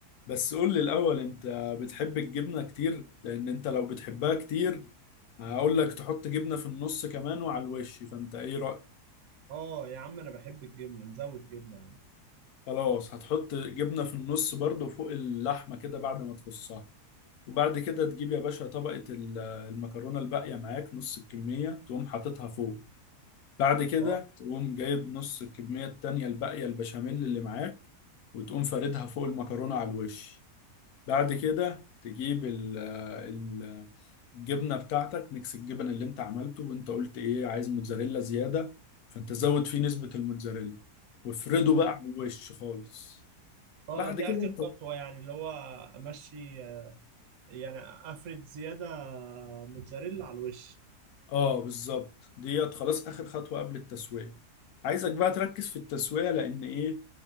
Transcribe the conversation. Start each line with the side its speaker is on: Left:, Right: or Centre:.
Left: بس قول لي الاول انت بتحب الجبنة كتير لان انت لو بتحبها كتير هقول لك تحط جبنة في النص كمان وعلى الوش فانت ايه رأيك
Right: اه يا عم انا بحب الجبنه نزود جبنه يا عم
Left: خلاص هتحط جبنة في النص برضو فوق اللحمة كده بعد ما تفصها وبعد كده تجيب يا باشا طبقة ال- المكرونة الباقية معاك نص الكمية تقوم حاططها فوق بعد كده
Right: اه
Left: تقوم جايب نص الكمية التانية الباقية البشاميل اللي معاك وتقوم فاردها فوق المكرونة على الوش بعد كده تجيب ال- ال- الجبنة بتاعتك ميكس الجبن اللي انت عملته وانت قلت ايه عايز موتزاريلا زيادة فانت زود فيه نسبة الموتزاريلا وافرده
Right: امم
Left: بقى على الوش خالص
Right: اه
Left: بعد
Right: دي
Left: كده
Right: اخر
Left: انت
Right: خطوه يعني اللي هو امشي آه، يعني افرد زياده موتزاريلا على الوش
Left: اه بالظبط ديت خلاص اخر خطوه قبل التسويه عايزك بقى تركز في التسويه لان ايه